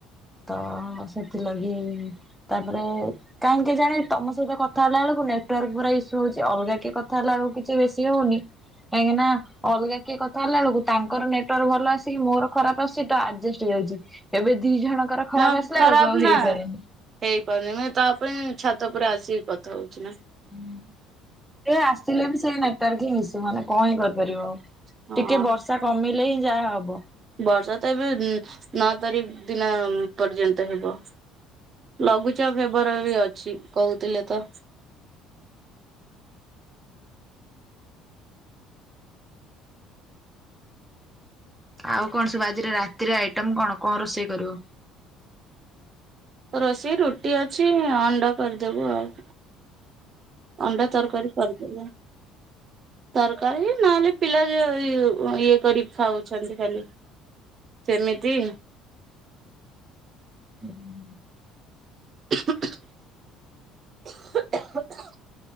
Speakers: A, in the centre; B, on the right (about 40°).
A: ତ ସେଥିଲାଗି ତାପରେ କାଇଁ କେଜାଣି ତମ ସହିତ କଥା ହେଲା ଅଳକୁ ନେଟୱାର୍କ ପୁରା ଇସ୍ୟୁ ହଉଛି ଅଲ୍ଗା କିଏ କଥା ହେଲା ଅଳକୁ କିଛି ବେଶୀ ହଉନି। କାଇ‍ଁକି ନା ଅଲ୍ଗା କିଏ କ ଥା ହେଲା ଆଳକୁ ତାଙ୍କର ନେଟୱାର୍କ ଭଲ ଆସିକି ମୋର ଖରାପ ଆସୁଚି <unintelligible> ଆଡଜେଷ୍ଟ ହେଇଯାଉଚି ଏବେ ଦି ଜଣ ଙ୍କର ଖରାପ୍
B: ହଁ
A: ଆସିଲା
B: ଖରାପ
A: ଆଳକୁ ଆଉ ହେଇପାରେନି।
B: ନା ହେଇପାରୁନି ମାନେ ତା ପାଇଁ ଛାତ ଉପରେ ଆସିକି କଥା ହଉଛି ନା।
A: ହୁଁ ସେ ଆସିଲେ ବି ସେଇ ନେଟୱାର୍କ ହିଁ ଇସ୍ୟୁ ମାନେ କଁ ହିଁ କରିପାରିବ ଆଉ।
B: ହଁ।
A: ଟିକେ ବର୍ଷା କମିଲେ ହିଁ ଯାହା ହବ।
B: ବର୍ଷା ତ ଉଁ ଏବେ ନଅ ତାରିଖ୍ ଉଁ ଦିନ ପର୍ଯ୍ୟନ୍ତ ହେବ। ଲଘୁଚାପ୍ ହେବାର ବି ଅଛି କହୁଥିଲେ ତ।
A: ଆଉ କଣ ସବୁ ଆଜିର ରାତିରେ ଆଇଟମ୍ କଣ କଁ ରୋଷେଇ କରିବ?
B: ରୋଷେଇ ରୁଟି ଅଛି ଅଣ୍ଡ କରିଦବୁ ଆଉ। ଅଣ୍ଡା ତରକାରୀ କରିଦେଲେ ତରକାରୀ ନଏଲେ ପିଲା ଯୋ <unintelligible> ଇଏ କରି ଖାଉଛି। ସେମ୍ତି ଖାଲି ସେମିତି।
A: ହୁ ହୁଁ।
B: <inaudible>